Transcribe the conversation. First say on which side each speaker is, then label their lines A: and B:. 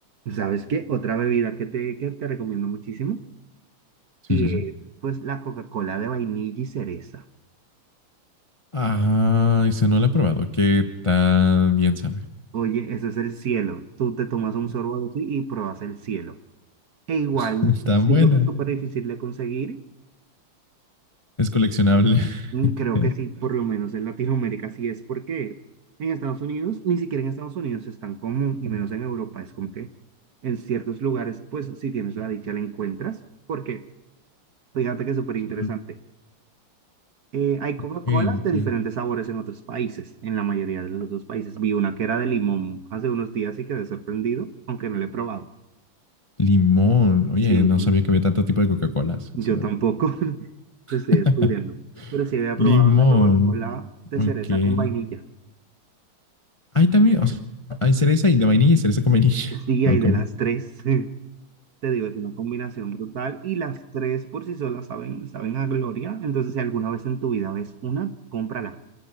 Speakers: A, on the right; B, on the left.
A: ¿sabes qué? Otra bebida que te, que te recomiendo muchísimo
B: Sí,
A: y
B: sí,
A: es
B: sí.
A: pues la Coca-Cola de vainilla y cereza.
B: Ah, y se no la he probado. ¿Qué tan bien sabe?
A: Oye, ese es el cielo. Tú te tomas un sorbo de eso y pruebas el cielo. E igual,
B: <laughs> Tan
A: siento
B: buena.
A: que es súper difícil de conseguir
B: Es coleccionable.
A: Mm,
B: <laughs>
A: Creo que sí, por lo menos en Latinoamérica sí es porque en Estados Unidos, ni siquiera en Estados Unidos es tan común y menos en Europa, es como que en ciertos lugares, pues si tienes la dicha la encuentras, porque fíjate que es súper interesante.
B: Mm,
A: Eh, hay Coca-Colas
B: Ok, ok.
A: de diferentes sabores en otros países, en la mayoría de los otros países. Vi una que era de limón hace unos días y quedé sorprendido, aunque no la he probado.
B: Limón. Oye,
A: Sí, <laughs>
B: no
A: mm,
B: sabía que había tanto tipo de Coca-Colas.
A: yo
B: Eso.
A: tampoco, <laughs> te
B: <laughs>
A: estoy descubriendo, pero sí había probado
B: Limón.
A: la Coca-Cola de
B: Ok.
A: cereza con vainilla.
B: Hay también, o sea, hay cereza y de vainilla y cereza con vainilla. <laughs>
A: Sí, hay
B: O como,
A: de las tres. <laughs> Te digo, es una combinación brutal y las tres por sí solas saben, saben a gloria. Entonces, si alguna vez en tu vida ves una, cómprala.